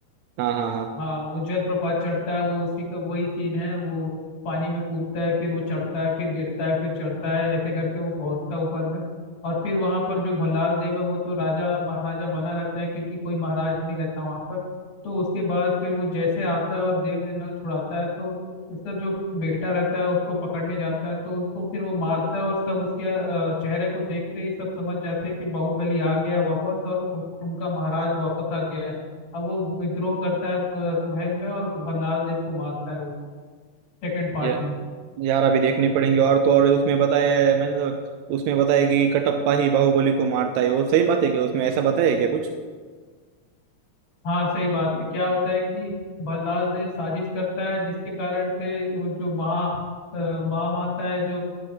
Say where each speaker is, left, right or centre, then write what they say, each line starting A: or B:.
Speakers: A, on the right (about 80°); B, on the left (about 85°).
A: हाँ हाँ
B: हाँ वो जलप्रपात चढ़ता है वो उसी का वही सीन है वो पानी में कूदता है फिर वो चढ़ता है फिर गिरता है फिर चढ़ता है ऐसे करके वो पहुंचता है ऊपर में और फिर वहां पर जो भल्लाल देव है वो तो राजा महाराजा बना रहता है क्योंकि कोई महाराज नहीं रहता वहां पर तो उसके बाद फिर वो जैसे आता है और देवसेना को छुड़ाता है तो उसका जो बेटा रहता है उसको पकड़ने जाता है तो उसको फिर वो मारता है और सब उसके अ, चेहरे को देखते ही सब समझ जाते हैं कि बाहुबली आ गया वापस और उस- उनका महाराज वापस आ गया है अब वो विद्रोह करता है अ, महल में और भल्लाल देव को मारता है वो सेकंड पार्ट
A: हाँ
B: में
A: यार अभी देखनी पड़ेंगे और तो और उसमें बताया है मैंने तो- उसमें बताया कि कटप्पा ही बाहुबली को मारता है वो सही बात है क्या उसमें ऐसा बताया है क्या कुछ
B: हाँ सही बात है क्या होता है कि भल्लाल देव साजिश करता है जिसके कारण से वो जो महा अ, महामाता है जो